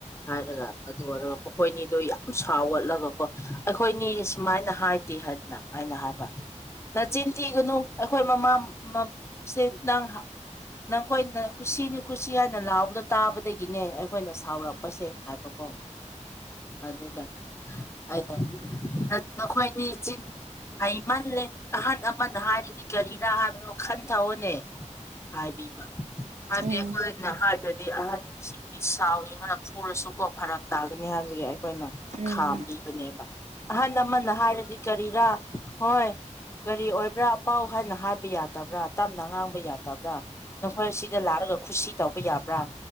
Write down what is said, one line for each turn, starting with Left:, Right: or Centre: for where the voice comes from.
Left: ꯍꯥꯏꯔꯒ ꯑꯗꯨ ꯑꯣꯏꯔꯒ ꯃꯈꯣꯏꯅꯤꯗꯣ ꯌꯥꯝꯁ ꯁꯥꯎ ꯐꯥꯎꯒꯠꯂꯒꯀꯣ ꯑꯩꯈꯣꯏꯅꯤ ꯁꯨꯃꯥꯏꯅ ꯍꯥꯏꯗꯦ ꯍꯥꯏꯗꯅ ꯑꯩꯅ ꯍꯥꯏꯕ ꯅꯆꯤꯟ ꯊꯤꯒꯅꯨ ꯑꯩꯈꯣꯏ ꯃꯃꯥ ꯃꯝ ꯁꯦ ꯅꯡ ꯅꯈꯣꯏꯅ ꯈꯨꯁꯤꯅꯤ ꯈꯨꯁꯤ ꯍꯥꯏꯅ ꯂꯥꯎꯕꯗꯣ ꯇꯥꯕꯗꯒꯤꯅꯦ ꯑꯩꯈꯣꯏꯅ ꯁꯥꯎꯔꯛꯄꯁꯦ ꯍꯥꯏꯕꯀꯣ
Right: <inaudible>
Left: ꯑꯗꯨꯗ ꯑꯩꯅ ꯅ ꯅꯈꯣꯏꯅꯤ ꯆꯤꯟ ꯍꯩꯃꯜꯂꯦ ꯑꯍꯟ ꯑꯃꯅ ꯍꯥꯏꯔꯗꯤ ꯀꯔꯤꯔ ꯍꯥꯏꯕꯅꯣ ꯈꯟꯊꯑꯣꯅꯦ ꯍꯥꯏꯕꯤꯕ ꯍꯥꯏꯕꯗꯤ
Right: ꯎꯝ ꯎꯝ
Left: ꯑꯩꯈꯣꯏꯅ ꯍꯥꯏꯗ꯭ꯔꯗꯤ ꯑꯍꯟ ꯁꯤꯡ ꯁꯥꯎꯅꯤꯡꯔꯒ ꯐꯨꯔꯁꯨꯀꯣ ꯐꯔꯛ ꯇꯥꯒꯅꯤ ꯍꯥꯏꯕꯒꯤ ꯑꯩꯈꯣꯏꯅ
Right: ꯎꯝ
Left: ꯈꯥꯝꯕꯤꯕꯅꯦꯕ
Right: ꯎꯝ ꯎꯝ
Left: ꯑꯍꯟ ꯑꯃꯅ ꯍꯥꯏꯔꯗꯤ ꯀꯔꯤꯔꯥ ꯍꯣꯏ ꯀꯔꯤ ꯑꯣꯏꯕ꯭ꯔꯥ ꯄꯥꯎ ꯍꯥꯏꯅ ꯍꯥꯏꯕ ꯌꯥꯗꯕ꯭ꯔꯥ ꯇꯞꯅ ꯉꯥꯡꯕ ꯌꯥꯗꯕ꯭ꯔꯥ ꯅꯈꯣꯏ ꯁꯤꯗ ꯂꯥꯛꯔꯒ ꯈꯨꯁꯤ ꯇꯧꯕ ꯌꯥꯕ꯭ꯔꯥ